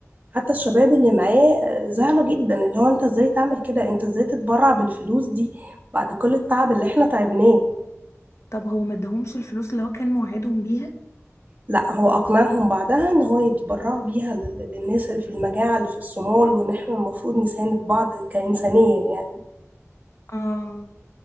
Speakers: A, on the right; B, on the left.
A: حتى الشباب اللي معاه آه، زعلوا جدا اللي هو انت ازاي تعمل كده انت ازاي تتبرع بالفلوس دي بعد كل التعب اللي احنا تعبناه
B: طب هو ما اداهمش الفلوس اللي هو كان موعدهم بيها
A: لا هو اقنعهم بعدها ان هو يتبرعوا بيها لل- للناس اللي في المجاعة اللي في الصومال وان احنا المفروض نساند بعض كإنسانيا يعني
B: اه